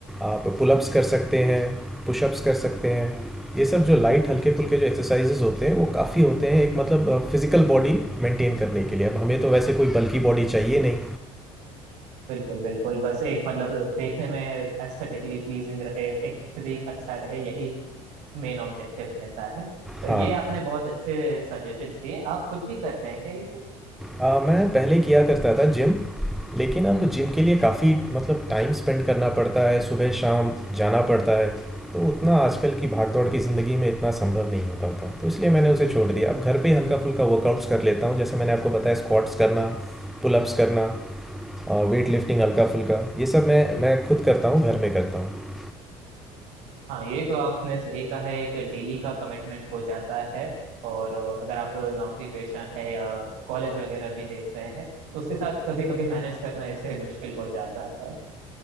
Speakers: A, in the centre; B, on the right.
A: आप पुलअप्स कर सकते हैं, पुशअप्स कर सकते हैं। ये सब जो लाइट हल्के-फुल्के जो एक्सरसाइजेज़ होते हैं, वो काफ़ी होते हैं एक मतलब फिज़िकल बॉडी मेंटेन करने के लिए। अब हमें तो वैसे कोई बल्की बॉडी चाहिए नहीं।
B: बिल्कुल बिल्कुल बस एक मतलब देखने में एस्थेटिकली प्लीजिंग रहे एक फिजिक अच्छा रहे यही मेन ऑब्जेक्टिव रहता है तो ये
A: हाँ
B: आपने बहुत अच्छे सजेशंस दिए आप खुद भी करते हैं क्या ये सब
A: अ, मैं पहले किया करता था जिम लेकिन अब जिम के लिए काफ़ी मतलब टाइम स्पेंड करना पड़ता है सुबह शाम जाना पड़ता है तो उतना आजकल की भागदौड़ की ज़िंदगी में इतना संभव नहीं हो पाता तो इसलिए मैंने उसे छोड़ दिया अब घर पे ही हल्का फुल्का वर्कआउट्स कर लेता हूँ जैसे मैंने आपको बताया स्क्वाट्स करना पुलअप्स करना वेट लिफ्टिंग हल्का फुल्का ये सब मैं मैं खुद करता हूँ घर में करता हूँ
B: हाँ ये तो आपने सही कहा है एक डेली का कमिटमेंट हो जाता है और अ, अगर आप नौकरी पेशा है या कॉलेज वगैरह भी देख रहे हैं तो उसके साथ कभी कभी मैनेज करना ऐसे मुश्किल हो जाता है